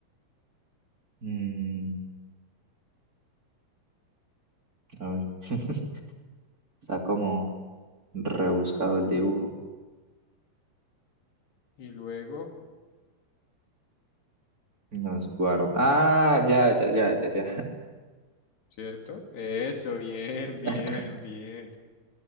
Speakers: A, on the right; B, on the left.
A: Mm, ay. <laughs> Está como. Rebuscado el dibujo.
B: y luego,
A: Nos guarda. Ah, ya, ya, ya, ya, ya.
B: ¿cierto? Eso, bien, bien,
A: <laughs>
B: bien.